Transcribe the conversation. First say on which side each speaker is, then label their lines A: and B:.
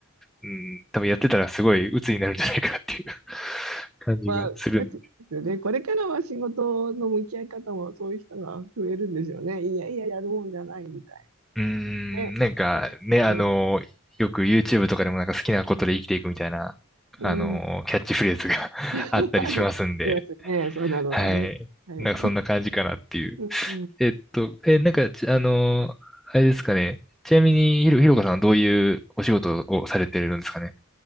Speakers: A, in the centre; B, on the right.
A: う、うん、多分やってたらすごい鬱になるんじゃないかなっていう <laughs> 感じがするんで。
B: まあ、えっとですよね。これからは仕事の向き合い方もそういう人が増えるんですよね。いやいや、やるもんじゃないみたい
A: うーん、
B: なね。
A: なんかね、
B: かんあの
A: あの、よく YouTube とかでもなんか好きなことで生きていくみたいな、
B: うん。
A: あの、キャッチフレーズが <laughs>
B: <laughs>
A: あったりしますんで、
B: あり、ありますね。そうだろうなね。
A: はい。
B: はい。
A: なんかそんな感じかなっていう。
B: うんうん。
A: えっと、え、なんかち、あの、あれですかね。ちなみに、ひろ、ひろかさんはどういうお仕事をされてるんですかね。